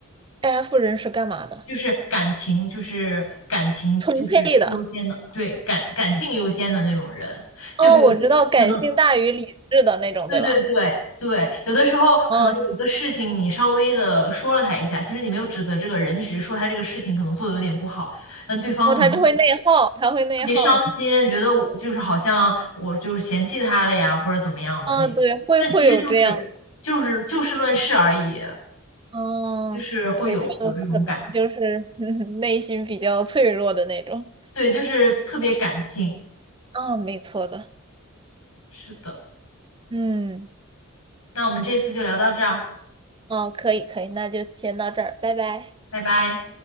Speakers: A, on the right; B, on the left.
A: ，F 人是干嘛的？
B: 就是感情，就是感情，
A: 充沛的，
B: 就是优先的，对，感感性优先的那种人。就比如说，
A: 哦，我知道，感性大于理智的那种，
B: 可能对对对对，
A: 对吧？
B: 有的时候可能有一个事情，
A: 哦，
B: 你稍微的说了他一下，其实你没有指责这个人，你只是说他这个事情可能做的有点不好，但对方可能会
A: 哦，他就会内耗，他会内耗。
B: 特别伤心，觉得我就是好像我就是嫌弃他了呀，或者怎么样的那种。
A: 啊，对，会会有这样的，
B: 但其实就是就是就事论事而已，
A: 嗯，
B: 就是会有有这种感觉，
A: 对，他们可能就是 <laughs> 内心比较脆弱的那种，
B: 对，就是特别感性。
A: 啊，没错的，
B: 是的，
A: 嗯，
B: 那我们这次就聊到这儿，
A: 哦，可以可以，那就先到这儿，拜拜。
B: 拜拜。